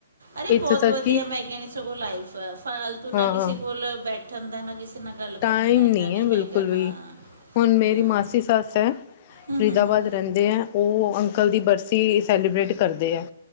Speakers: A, on the right; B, on the left.
A: ਅਰੇ
B: ਇੱਥੋਂ
A: ਬੋਤ
B: ਤੱਕ
A: ਵਧੀਆ
B: ਕਿ
A: ਮੈਂ ਕ' ਸਗੋਂ ਲਾਈਫ ਆ ਫਾਲਤੂ ਨਾ
B: ਹਾਂ
A: ਕਿਸੇ ਕੋਲ ਬੈ ਠੰਡ ਦਾ ਨਾ ਕਿਸੇ ਨਾਲ ਗੱਲ
B: ਟਾਈਮ
A: ਕਰਨ ਦਾ ਇੰਨਾ
B: ਨੀ
A: ਨਹੀਂ
B: ਐ ਬਿਲਕੁਲ
A: ਹੈਗਾ ਹਾਂ
B: ਵੀ ਹੁਣ ਮੇਰੀ
A: ਹੂੰ
B: ਮਾਸੀ ਸੱਸ ਐ
A: ਹੂੰ
B: ਫਰੀਦਾਬਾਦ
A: ਹੂੰ
B: ਰਹਿੰਦੇ ਐ ਉਹ ਅੰਕਲ ਦੀ ਬਰਸੀ ਸੈਲੀਬ੍ਰੇਟ ਕਰਦੇ ਐ।